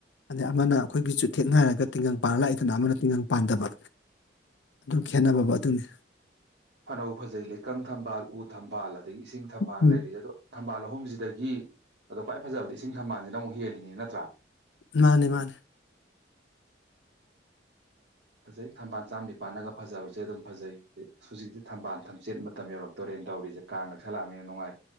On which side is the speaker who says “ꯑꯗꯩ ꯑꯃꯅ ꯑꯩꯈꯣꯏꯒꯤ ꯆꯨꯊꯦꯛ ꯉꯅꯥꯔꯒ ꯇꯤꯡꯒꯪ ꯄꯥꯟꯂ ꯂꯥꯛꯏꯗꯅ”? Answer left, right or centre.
Left